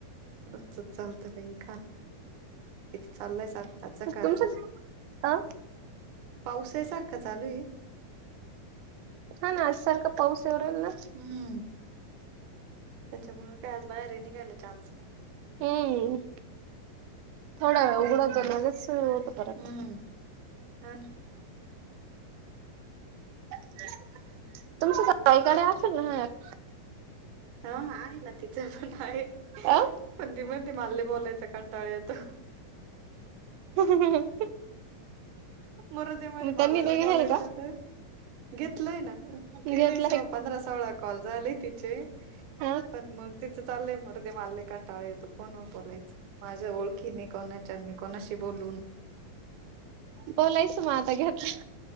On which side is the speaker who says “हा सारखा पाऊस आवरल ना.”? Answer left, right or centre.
Right